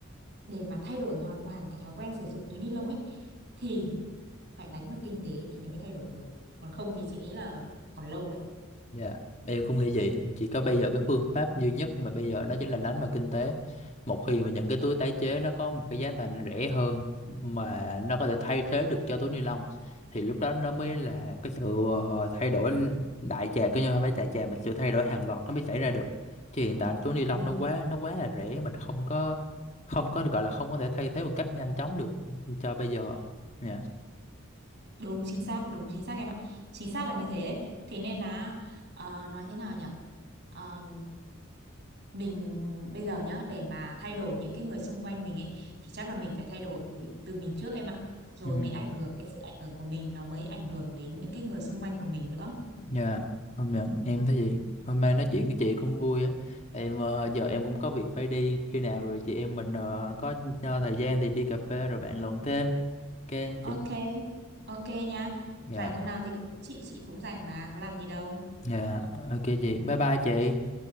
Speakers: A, on the right; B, on the left.
A: để mà thay đổi hoàn toàn cái thói quen sử dụng túi ni lông ấy thì phải đánh vào kinh tế thì nó mới thay đổi được còn không thì chị nghĩ là còn lâu đấy
B: Dạ, Em cũng nghĩ vậy. Chỉ có bây giờ cái phương pháp duy nhất mà bây giờ đó chính là đánh vào kinh tế. Một khi mà những cái túi tái chế nó có một cái giá thành rẻ hơn mà nó có thể thay thế được cho túi ni lông thì lúc đó nó mới là cái sự ờ, thay đổi đại trà cứ như không phải đại trà mà sự thay đổi hàng loạt nó mới xảy ra được. Chứ hiện tại túi ni lông
A: đúng
B: nó quá nó quá là rẻ mình không có không có được gọi là không có thể thay thế một cách nhanh chóng được cho bây giờ. Dạ.
A: Đúng chính xác, đúng chính xác em ạ. Chính xác là như thế đấy. Thế nên là ờ, nói thế nào nhỉ? Ờ, mình bây giờ nhá để mà thay đổi những cái người xung quanh mình ấy thì chắc là mình phải thay đổi từ mình trước em ạ. Rồi
B: Ừ.
A: mới ảnh hưởng cái sự ảnh hưởng của mình nó mới ảnh hưởng đến những cái người xung quanh của mình nữa.
B: Dạ, hôm nay em thấy gì? Hôm nay nói chuyện với chị cũng vui á. Em ờ, giờ em cũng có việc phải đi. Khi nào rồi chị em mình ờ, có ờ, thời gian thì đi cà phê rồi bạn luận thêm. Ok nha
A: Ok.
B: chị.
A: Ok nha.
B: Dạ,
A: Rảnh hôm nào thì cứ- chị chị cũng rảnh mà có làm gì đâu.
B: dạ, ok chị. Bye bye chị.